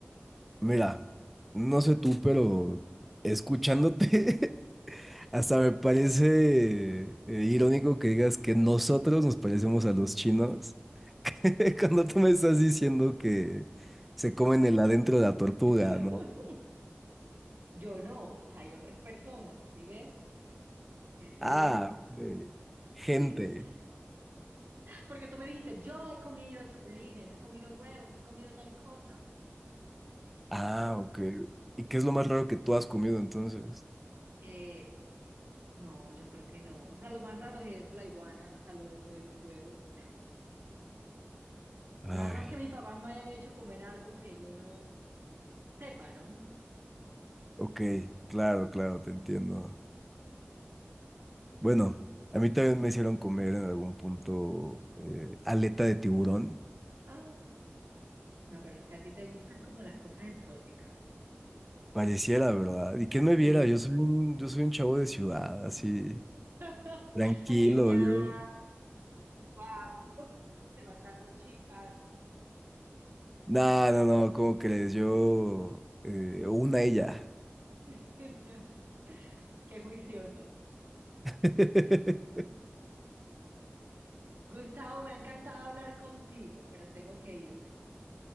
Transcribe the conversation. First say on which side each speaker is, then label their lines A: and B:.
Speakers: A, in the centre; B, on the right (about 70°).
A: mira, no sé tú, pero escuchándote, <laughs> hasta me parece eh, irónico que digas que nosotros nos parecemos a los chinos <laughs> cuando tú me estás diciendo que se comen el adentro de la tortuga,
B: <laughs>
A: ¿no?
B: Yo no, o sea, hay otras personas, ¿sí ves? Eso
A: Ah,
B: es.
A: ok. Gente.
B: <laughs> Porque tú me dijiste, yo he comido chapulines, he comido huevos, he comido tal cosa.
A: Ah,
B: Oh,
A: ok. ¿Y qué es lo más raro que tú has comido entonces?
B: eh, no, yo creo que no. O sea, lo más raro es eso, la iguana, o sea, lo, lo de los huevos y ya.
A: Ay,
B: Nada más que mis papás me hayan hecho comer algo que yo no sepa, ¿no?
A: ok, claro, claro, te entiendo. Bueno, a mí también me hicieron comer en algún punto eh, aleta de tiburón.
B: Ah, no, pero es que a ti te gustan como las cosas exóticas.
A: Pareciera, ¿verdad? ¿Y quién me viera?
B: Sí.
A: Yo soy un, yo soy un chavo de ciudad, así,
B: <laughs>
A: tranquilo,
B: Aniñado,
A: yo.
B: guapo, levantando chicas.
A: No, no, no, ¿cómo crees? Yo, eh, una ella.
B: <laughs> Qué juicioso.
A: <laughs>
B: Gustavo, me ha encantado hablar contigo, pero tengo que irme.